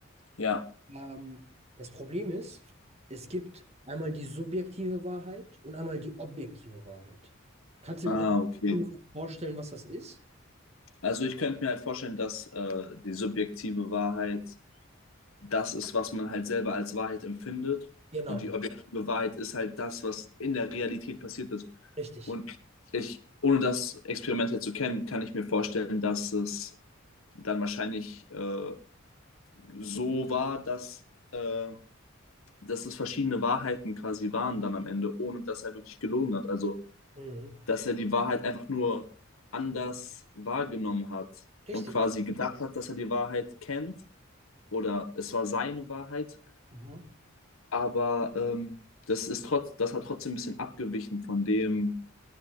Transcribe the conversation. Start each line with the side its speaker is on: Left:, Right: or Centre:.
Left: Ja.
Right: Ähm, das Problem ist, es gibt einmal die subjektive Wahrheit und einmal die objektive Wahrheit. Kannst du
Left: Ah,
Right: dir das
Left: okay.
Right: ungefähr vorstellen, was das ist?
Left: Also ich könnte mir halt vorstellen, dass äh, die subjektive Wahrheit das ist, was man halt selber als Wahrheit empfindet.
Right: Genau,
Left: Und die objektive Wahrheit ist halt das, was in der Realität passiert ist.
Right: richtig.
Left: Und ich, ohne das Experiment jetzt zu kennen, kann ich mir vorstellen, dass es dann wahrscheinlich äh, so war, dass, äh, dass es verschiedene Wahrheiten quasi waren dann am Ende, ohne dass er wirklich gelogen hat. Also
Right: Mhm.
Left: dass er die Wahrheit einfach nur anders wahrgenommen hat
Right: Richtig.
Left: und quasi gedacht hat, dass er die Wahrheit kennt oder es war seine Wahrheit,
Right: Mhm.
Left: aber ähm, das ist trotz, das hat trotzdem ein bisschen abgewichen von dem,